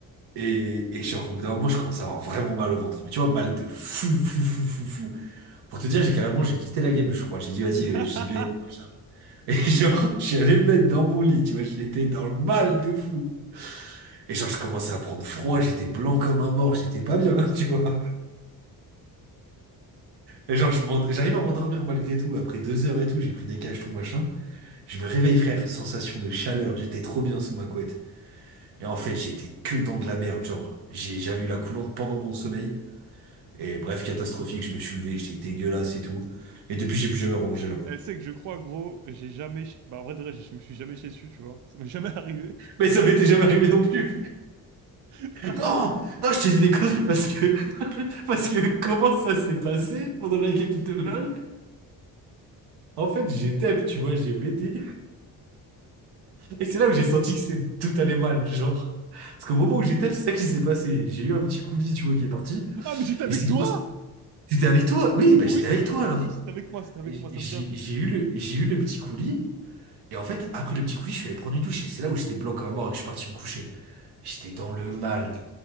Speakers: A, on the right; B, on the right.
A: et, et genre, au bout d'un moment, je commence à avoir vraiment mal au ventre. Mais tu vois, mal de fou, fou, fou, fou, fou. Pour te dire, j'ai carrément, j'ai quitté la game, je crois. J'ai dit, vas-y,
B: <laughs>
A: euh, j'y vais. machin. Et <laughs> genre, je suis allé me mettre dans mon lit, tu vois, j'étais dans le mal de fou. Et genre, je commençais à prendre froid, j'étais blanc comme un mort, j'étais pas bien, <laughs> tu vois. Et genre, je m'en- j'arrive à m'endormir malgré tout. Après deux heures et tout, j'ai pris des cachetons, machin. Je me réveille, frère, sensation de chaleur, j'étais trop bien sous ma couette. Et en fait, j'étais que dans de la merde, genre. J'ai- J'avais eu la coulante pendant mon sommeil. Et bref, catastrophique, je me suis levé, j'étais dégueulasse et tout. Et depuis, j'ai plus jamais remangé là-bas.
B: Elle sait que je crois, gros, j'ai jamais... chi- Bah, en vrai, de vrai, je me suis jamais chié dessus, tu vois. Ça m'est jamais arrivé.
A: Mais ça m'était jamais arrivé non plus.
B: <laughs>
A: Non, non, je te dis des conneries parce que <laughs> parce que comment ça s'est passé pendant la game de LoL? En fait, j'étais, tu vois, j'ai pété. Et c'est là où j'ai senti que c'est tout allait mal, genre. Parce qu'au moment où j'étais, c'est ça qui s'est passé. J'ai eu un petit coulis, tu vois, qui est parti.
B: Ah, mais j'étais avec
A: Et c'est
B: toi!
A: pour... T'étais avec toi? Oui, bah
B: Oui,
A: j'étais avec
B: c'est-
A: toi
B: oui,
A: alors.
B: oui, c'était avec moi, c'est avec
A: J'ai
B: moi, ça me dit un truc.
A: j'ai eu le, j'ai eu le petit coulis. Et en fait, après le petit coulis, je suis allé prendre une douche. Et c'est là où j'étais blanc comme un mort et que je suis parti me coucher. J'étais dans le mal.